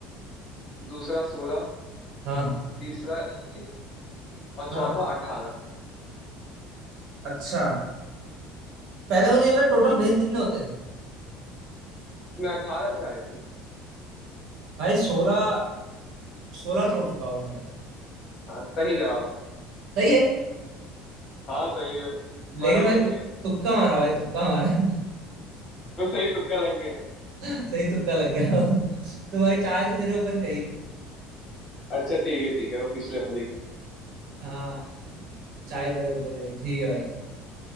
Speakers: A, on the left (about 35°); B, on the right (about 65°).
A: दूसरा सोलह
B: हाँ
A: तीसरा इक्कीस और
B: हाँ
A: चौथा अठारह
B: अच्छा पहले मुझे ये बता टोटल भेद कितने होते हैं
A: इसमें अठारह थे आई थिंक
B: भाई सोलह सोलह तोड़ चुका होगा शायद
A: हाँ सही जवाब
B: सही है
A: हाँ सही है बराबर
B: लेकिन भाई
A: हो
B: तु,
A: गया है
B: तुक्का मारा भाई तुक्का मारा
A: वो सही तुक्का लग गया है।
B: सही तुक्का लग गया तो भाई चाय तो तेरे ऊपर ही रही हूँ
A: अच्छा ठीक है ठीक है वो पिछले वाले की
B: हाँ चाय तेरे ऊपर ही रही ठीक है भाई